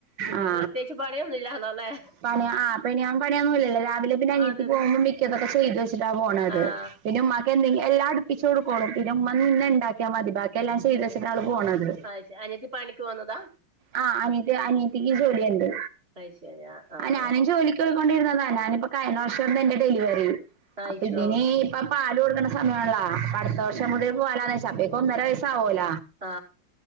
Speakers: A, on the right (about 30°); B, on the right (about 65°).
A: പിന്നെ
B: ആ
A: പ്രത്യേകിച്ച് പണിയൊന്നും ഇല്ലാലോ അല്ലേ
B: പണിയ ആ അപ്പെ ഞാൻ പണിയൊന്നും ഇല്ലല്ലോ രാവിലെ പിന്നെ അനിയത്തി
A: അതന്നെ
B: പോകുമ്പോ മിക്കതൊക്കെ ചെയ്തു വെച്ചിട്ടാ പോണത്
A: ആഹ്
B: പിന്നെ ഉമ്മാക്കെന്തെങ്കി എല്ലാ അടുപ്പിച്ച് കൊടുക്കോളും പിന്നെ ഉമ്മ നിന്ന് ണ്ടാക്കിയാ മതി ബാക്കി എല്ലാം ചെയ്തുച്ചിട്ട
A: ആഹ്
B: ആള് പോണത്
A: അത് ശരി അനിയത്തി പണിക്ക് പോന്നതാ
B: ആ അനീയത്തി അനിയത്തിക്ക് ജോലിയൊണ്ട്
A: അത് ശരി ആഹ് ആഹ്
B: ആ ഞാനും ജോലിക്ക് കൊണ്ടിരുന്നതാ ഞാനിപ്പൊ കഴിഞ്ഞ വർഷംന്ന് എന്റെ ഡെലിവറി
A: ആയിശോ
B: അപ്പൊ ഇതിന് ഇപ്പ പാല് കൊടുക്കണ്ട സമയണല്ലോപ്പൊ അടുത്ത വർ ഷം മുതല് പോവാലോന്ന് വെച്ചു അപ്പേക്കും ഒന്നര വയസ്സ് ആകുലോ
A: ആ